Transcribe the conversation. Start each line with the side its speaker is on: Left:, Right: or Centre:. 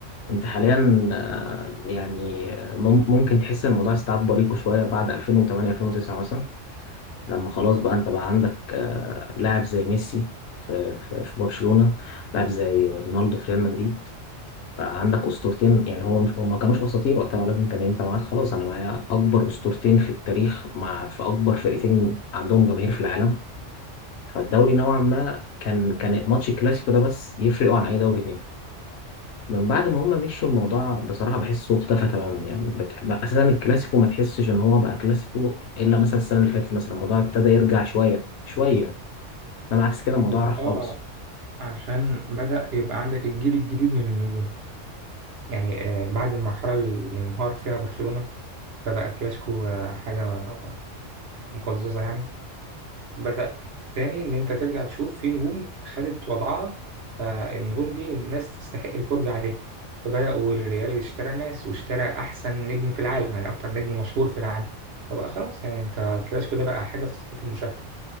Left: انت حاليا آه، يعني آه، مم- ممكن تحس ان الموضوع استيعاب بريقه شويه بعد 2008 2009 مثلا لما خلاص بقى انت بقى عندك آه، لاعب زي ميسي في في في برشلونه لاعب زي رونالدو في ريال مدريد فعندك اسطورتين يعني هو مش هم كانوش اساطير وقتها ولكن كان انت معاك خلاص انا معايا اكبر اسطورتين في التاريخ مع في اكبر فرقتين عندهم جماهير في العالم فالدوري نوعا ما كان كان ماتش الكلاسيكو ده بس يفرقوا عن اي دوري تاني من بعد ما هم مشوا الموضوع بصراحة بحسه اختفى تماما يعني بت... ما- أساسا الكلاسيكو ما تحسش إن هو بقى كلاسيكو إلا مثلا السنة اللي فاتت مثلا الموضوع ابتدى يرجع شوية شوية إنما عكس كده الموضوع
Right: ما-
Left: راح
Right: آه
Left: خالص
Right: عشان بدأ يبقى عندك الجيل الجديد من النجوم يعني آه بعد المرحلة اللي انهار فيها برشلونة فبقى الكلاسيكو آه، حاجة مقززة يعني بدأ تاني إن أنت ترجع تشوف في نجوم خدت وضعها فالنجوم دي الناس تستحق الفرجة عليها فبدأوا الريال اشترى ناس واشترى أحسن نجم في العالم يعني أكتر نجم مشهور في العالم فبقى خلاص يعني أنت كلاسيكو ده بقى حاجة تستحق المشاهدة